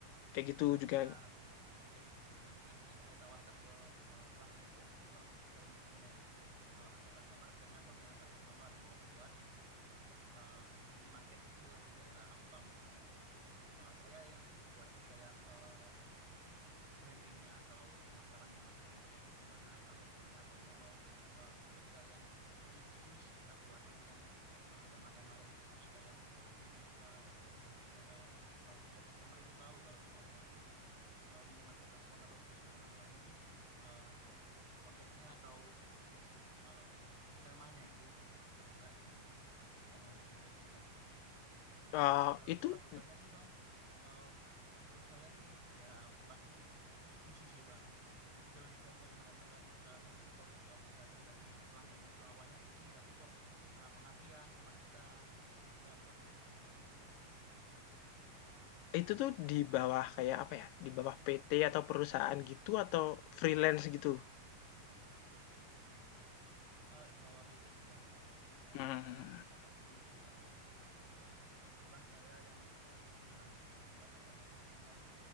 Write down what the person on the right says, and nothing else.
Iya, bisa jadi kayak gitu. Yang yang yang saya tawarkan ke eh, pelanggan sih kayak gitu Bang. Jadi kalau misalnya eh, ada customer, misalnya abangnya customer mau buat eh, minimarket kecil lah di daerah abang misalnya. Eh, saya yang buat kayak eh, brandingnya atau pemasarannya, marketingnya itu gimana. Kalau misalnya abangnya mau eh, tipikal yang religius, kita buatin yang eh, tema-tema religius kayak anti riba dan lain sebagainya, kayak eh, biar customer itu tahu kalau misalnya eh, minimarket abang atau perusahaan abang ini eh, konteksnya atau eh, temanya itu bergerak di yang religius-religius tadi, Bang.
Kalau
suka dukanya sih Bang, eh, menurut saya sih ya pasti revisi sih Bang. Jadi kalau misalnya kadang-kadang kan eh, nggak cocok eh, penjelasan dari pelanggannya itu awalnya gini, tapi kok salah pengertian sama kita, ya kita buat revisi lagi sih Bang.
Eh, di bawah PT sih Bang. Jadi eh,
saya ada tim juga buat ngerjain. Eh, kebetulan saya yang eh, dibilang full stack atau ngerjain semua sih,